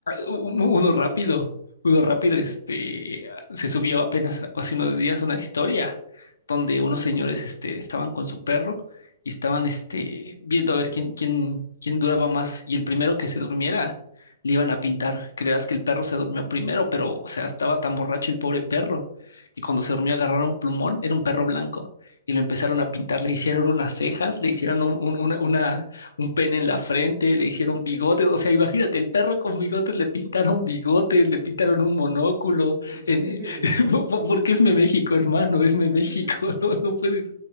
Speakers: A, on the left; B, on the right.
A: u- uno rápido, uno rápido, este, se subió apenas hace unos días una historia donde unos señores, este, estaban con su perro y estaban, este, viendo a ver quién, quién, quién duraba más y el primero que se durmiera le iban a pintar. Creas que el perro se durmió primero, pero, o sea, estaba tan borracho el pobre perro que cuando se durmió agarraron plumón, era un perro blanco y lo empezaron a pintar, le hicieron unas cejas, le hicieron un- un- una, una un pene en la frente, le hicieron
B: <laughs>
A: bigotes, o sea, imagínate, el perro con bigotes le pintaron bigotes, le pintaron un monóculo,
B: ¿Por
A: en,
B: qué?
A: eh, <laughs> po- po- porque es Meméxico, México, hermano, es
B: <laughs>
A: Meméxico, México, <laughs> no, no puedes,